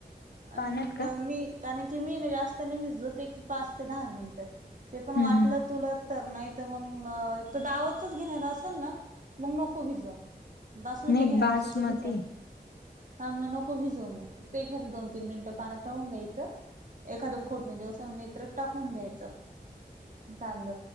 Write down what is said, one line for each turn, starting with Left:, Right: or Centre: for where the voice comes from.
Right: आणि
Left: पाण्यात का
Right: मी कारण की मी नाही जास्तने भिजतोत एक पाच ते दहा मिनिट ते पण
Left: हम्म
Right: वाटलं तुला तर नाही तर मग तर दावतच घेणारला असेल ना मग नको भिजो. बसम
Left: नाही
Right: त घे
Left: बासमती
Right: राच तुम्हीच हा मग नको भिजो मग फक्त एखाद दोन तीन मिनिटं पाण्यात राहून द्यायचं एखादं. फोडणी दिवसत्र टाकून द्यायचं तांद